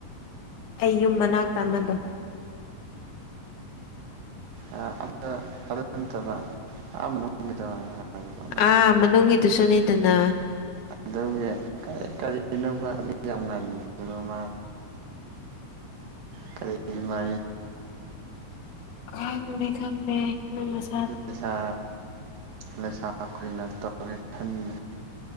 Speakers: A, on the left; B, on the right.
A: ꯑꯩ ꯌꯨꯝ ꯃꯅꯥꯛꯇ ꯑꯃꯗꯣ
B: ꯑ ꯑꯃ ꯑꯗꯨ ꯅꯠꯇꯕ ꯃꯅꯨꯡꯒꯤꯗꯣ ꯍꯥꯏꯕ
A: ꯑꯥ ꯃꯅꯨꯡꯒꯤꯗꯨꯁꯨꯅꯤꯗꯅ
B: ꯑꯗꯨꯒꯤ ꯀꯔꯤ ꯀꯔꯤꯅꯣꯕ ꯃꯤ ꯌꯥꯝ ꯉꯟꯕꯗꯨꯗ ꯃꯥ ꯀꯔꯤꯒꯤ ꯃꯥ
A: ꯈꯪꯗꯦ ꯈꯪꯗꯦ ꯍꯣꯏꯁ
B: ꯂꯩꯁꯥ ꯂꯩꯁꯥ ꯀꯨꯏꯅ ꯇꯧꯒꯦ ꯈꯟꯅ